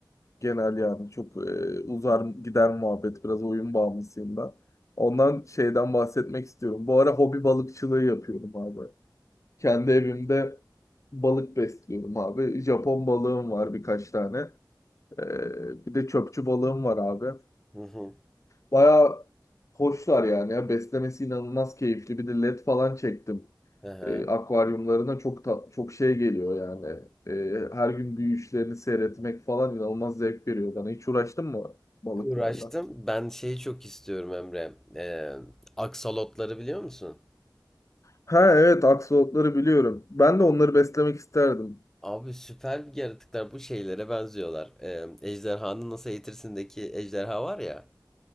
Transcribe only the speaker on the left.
Genel yani çok e, uzar gider muhabbet. Biraz oyun bağımlısıyım ben. Ondan şeyden bahsetmek istiyorum. Bu ara hobi balıkçılığı yapıyorum abi. Kendi evimde balık besliyorum abi. Japon balığım var birkaç tane. Ee, bir de çöpçü balığım var abi.
Baya hoşlar yani ya. Beslemesi inanılmaz keyifli. Bir de led falan çektim.
Ee, akvaryumlarına çok ta- çok şey geliyor yani. Ee, her gün büyüyüşlerini seyretmek falan inanılmaz zevk veriyor bana. Hiç uğraştın mı balıklarla?
Ha evet aksolotları biliyorum. Ben de onları beslemek isterdim.